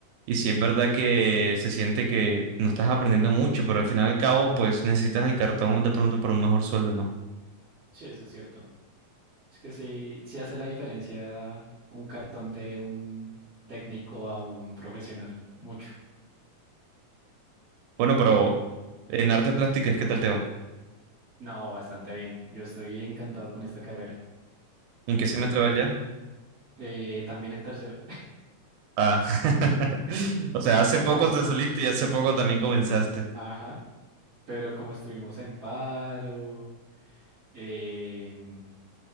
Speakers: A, on the right (about 80°); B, on the right (about 30°).
A: y sí es verdad que se siente que no estás aprendiendo mucho, pero al final y al cabo pues necesitas el cartón de pronto para un mejor sueldo, ¿no?
B: Sí, eso es cierto. Es que sí, sí hace la diferencia un cartón de un técnico a un profesional. Mucho.
A: Bueno, pero en artes plásticas, ¿qué tal te va?
B: No, bastante bien. Yo estoy encantado con esta carrera, la
A: ¿En qué
B: verdad.
A: semestre vas ya?
B: Eh, también en tercero,
A: Ah, <laughs> o sea, hace poco
B: <laughs> pero,
A: te saliste y hace poco también comenzaste
B: ajá, pero como estuvimos en paro, em,